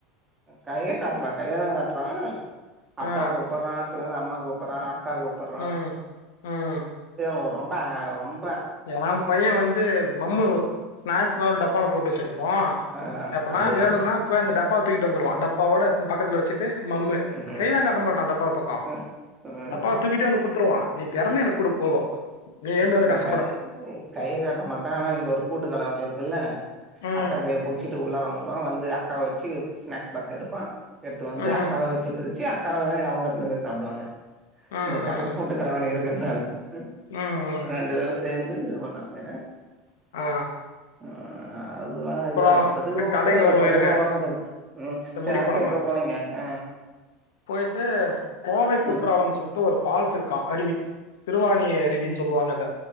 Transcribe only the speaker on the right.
கைய காட்றா கையதா காட்றா அப்பா
கூப்பட்றா சில நேரொ அம்மா கூப்புர்றா தா கூப்பர்றா
ஓ ரொம்ப‌ அ ரொம்
ஆ
அதேதா
ம்
ம் ம்
கையி கை காட்ட மாட்டா அனா இங்க ஒரு கூட்டு கலவாணி இருக்குல்ல
அக்கா கைய புடிச்சிட்டு உள்ளார வந்துருவா வந்து அக்கா வெச்சு ஸ்நாக்ஸ் பாக்கு எடுப்பா எடுத்து வந்து
அக்காவ வெச்சு பிரிச்சு அக் அக்கவே அவுங்க இருந்தவே சாப்புடுவாங்க
இங்க கல
கூட்டுக்கலவாணி இருக்குறது <unintelligible> ம்
ரெண்டு வேரு சேந் என்னுங்க பண்ணாங்க
ஆ அதுல்லா
இதா இப்பது
ஓகே
தா
கொஞ்ச
ஓர தருது உம்
சேர்
அடுத்து
எங்க போனீங்க ஆ
உம்